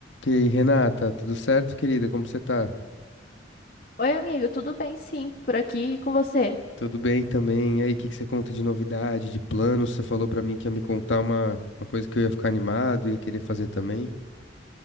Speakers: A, on the left (about 85°); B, on the left (about 50°).
A: E aí, Renata, tudo certo, querida? Como você tá?
B: Oi, amigo, tudo bem? Sim, por aqui e com você.
A: Tudo bem também? E aí, o que que você conta de novidade, de planos? Você falou pra mim que ia me contar uma, uma coisa que eu ia ficar animado, ia querer fazer também.